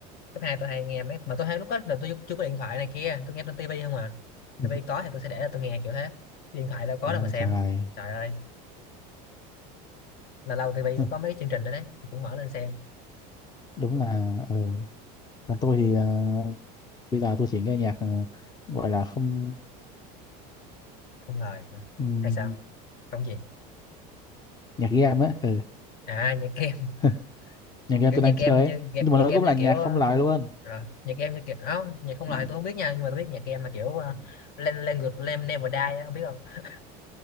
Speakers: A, on the left; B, on the left.
A: cấp hai tôi hay nghe mấy mà tôi hay lúc đó là tôi chưa có điện thoại này kia tôi nghe trên tivi không à tivi
B: <laughs>
A: có thì tôi sẽ để là tôi nghe kiểu thế Chứ điện thoại đâu có
B: à,
A: đâu mà xem
B: trời
A: trời ơi là lâu tivi
B: Hừ,
A: nó có mấy cái chương trình đó đấy tôi cũng mở lên xem
B: đúng là ừ. còn tôi thì ờ, bây giờ tôi chỉ nghe nhạc ờ, gọi là không
A: không ngờ
B: ừm,
A: hay sao không gì
B: nhạc game á ừ.
A: à nhạc <laughs>
B: <laughs> nhạc game
A: kiểu
B: tôi
A: nhạc
B: đang chơi
A: em
B: ấy.
A: như nhạc
B: nhưng
A: nhạc
B: mà nó
A: em
B: cũng
A: như
B: là nhạc
A: kiểu ờ,
B: không lời luôn
A: rồi nhạc em như kiểu áo nhạc không
B: Ừ.
A: lời thì tôi không biết nha nhưng mà tôi biết nhạc em mà kiểu uh, Lan- Language Lam Never Die á, không biết không